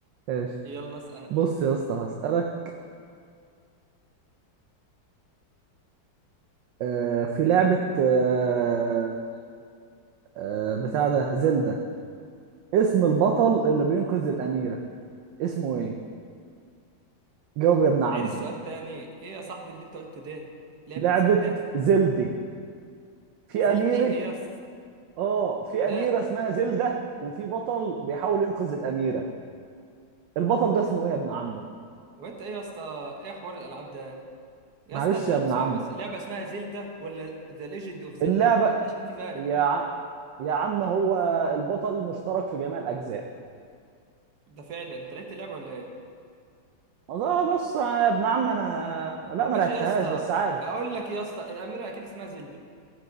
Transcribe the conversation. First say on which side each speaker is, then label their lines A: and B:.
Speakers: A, on the right; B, on the right.
A: ماشي
B: يلا اسأل
A: بص يا اسطى هسألك آه، في لعبة آه، آه، بتاع ده زلدة اسم البطل اللي بينقذ الأميرة اسمه ايه جاوب يا ابن عمي
B: عيد السؤال تاني ايه يا صاحبي اللي انت قلته ده لعبة
A: لعبة
B: زلدة
A: زلدي في
B: زلدي
A: أميرة
B: ايه يا اسطى
A: اه في
B: لا
A: أميرة اسمها زلدة وفي بطل بيحاول ينقذ الأميرة البطل ده اسمه ايه يا ابن عمي
B: وانت ايه يا اسطى ايه حوار الالعاب ده يا
A: معلش
B: اسطى انت
A: يا ابن
B: ثواني
A: عمي
B: بس اللعبة اسمها زلدة ولا ذا ليجند اوف زلدة
A: اللعبة
B: عشان في فرق
A: يا عم يا عم هو البطل مشترك في جميع الأجزاء
B: ده فعلا انت لعبت اللعبة ولا ايه
A: اه بص يا ابن عم انا لا ما
B: ماشي
A: لعبتهاش
B: يا اسطى
A: بس عارف
B: اقول لك يا اسطى الاميرة اكيد اسمها زلدة